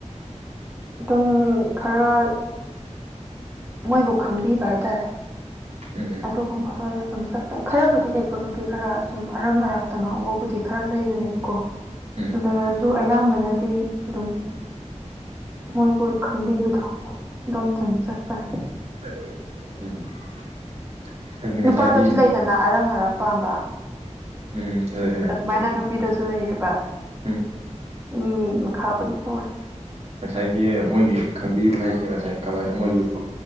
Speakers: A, on the right; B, on the right.
A: ꯑꯗꯨꯝ ꯈꯔ ꯃꯣꯏꯕꯨ ꯈꯪꯕꯤꯕ ꯍꯥꯏꯇꯥꯔꯦ
B: ꯎꯝ
A: ꯑꯗꯨꯒꯨꯝꯕꯗ ꯑꯣꯏꯅ ꯑꯗꯨꯝ ꯆꯠꯄ ꯈꯔꯕꯨꯗꯤ ꯂꯩꯀꯣ ꯅꯨꯄꯤ ꯈꯔ ꯁꯨꯝ ꯑꯔꯛ ꯑꯔꯥꯛꯛꯇ ꯉꯥꯎꯕꯕꯨꯗꯤ ꯈꯔ ꯂꯩꯕꯅꯦꯕꯀꯣ
B: ꯎꯝ
A: ꯂꯩꯔꯁꯨ ꯑꯌꯥꯝꯕꯅꯗꯤ ꯑꯗꯨꯝ ꯃꯣꯏꯕꯨ ꯈꯪꯕꯤꯕꯗꯣ ꯑꯗꯣꯝꯗ ꯑꯗꯨꯝ ꯆꯠꯄꯅꯤ
B: <unintelligible> ꯑꯗꯨ
A: ꯅꯨꯄꯥꯗꯁꯨ
B: ꯉꯁꯥꯏꯒꯤ
A: ꯂꯩꯗꯅ ꯑꯔꯪ ꯑꯔꯥꯛ ꯄꯥꯝꯕ
B: ꯎꯝ ꯂꯩ ꯂꯩ
A: ꯑꯗꯨꯃꯥꯏꯅ ꯅꯨꯄꯤꯗꯁꯨ ꯂꯩꯌꯦꯕ
B: ꯎꯝ
A: ꯃꯤ ꯃꯤ ꯃꯈꯥꯕꯨꯨꯗꯤ ꯄꯣꯜꯂꯦ
B: ꯉꯁꯥꯏꯒꯤ ꯃꯣꯏꯒꯤ ꯈꯪꯕꯤꯕ ꯍꯥꯏꯁꯦ ꯉꯁꯥꯏ ꯀꯃꯥꯏꯅ ꯃꯣꯏꯒꯤ